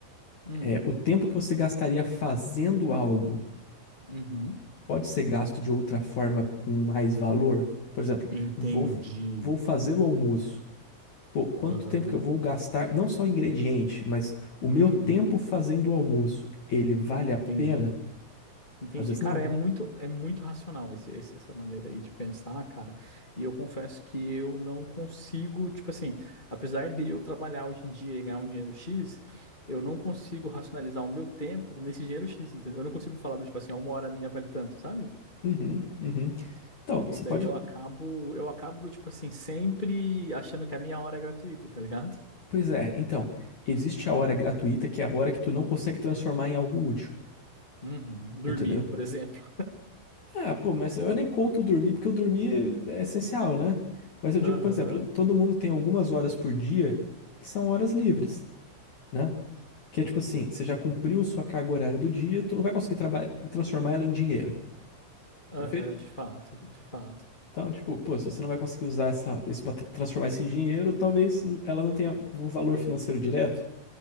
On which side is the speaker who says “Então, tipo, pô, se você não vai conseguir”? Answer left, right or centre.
Left